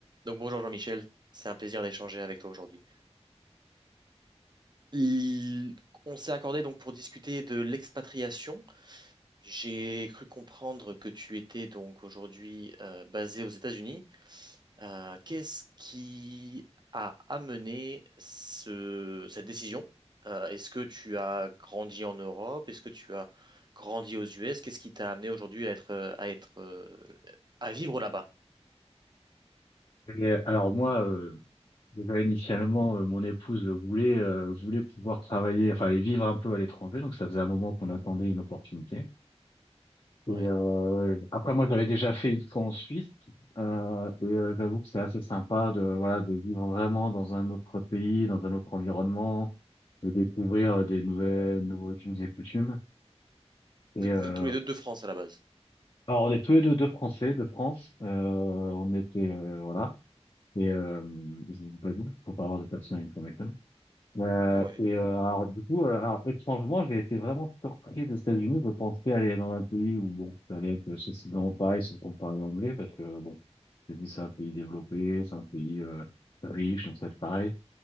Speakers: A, on the right; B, on the left.
A: Donc bonjour Jean-Michel, c'est un plaisir d'échanger avec toi aujourd'hui. Il- On s'est accordé donc pour discuter de l'expatriation. J'ai cru comprendre que tu étais donc aujourd'hui euh, basé aux États-Unis. Euh, qu'est-ce qui a amené ce- cette décision? Euh, est-ce que tu as grandi en Europe? Est-ce que tu as grandi aux US? Qu'est-ce qui t'a amené aujourd'hui à être euh, à être euh, à vivre là-bas?
B: Et alors moi, euh, déjà, initialement, euh, mon épouse voulait euh, voulait pouvoir travailler, enfin et vivre un peu à l'étranger, donc ça faisait un moment qu'on attendait une opportunité. Et
A: Ouais.
B: euh, après moi, j'avais déjà fait une fois en Suisse, euh, et euh, j'avoue que c'est assez sympa de voilà de vivre vraiment dans un autre pays, dans un autre environnement, de découvrir euh, des nouvelles nouveaux us et coutumes. Et
A: Vous
B: euh,
A: vous êtes tous les deux de France à la base.
B: alors on est tous les deux deux Français de France, euh, on était euh, voilà. Et euh, ils ont pas de doute, faut pas avoir de personne à une Euh,
A: Ouais.
B: et euh, alors du coup, euh, alors, étrangement, j'ai été vraiment surpris des États-Unis. Je pensais aller dans un pays où bon, ça allait être sensiblement pareil si on parlait anglais, parce que bon, c'est dit c'est un pays développé, c'est un pays euh, riche, donc ça va être pareil.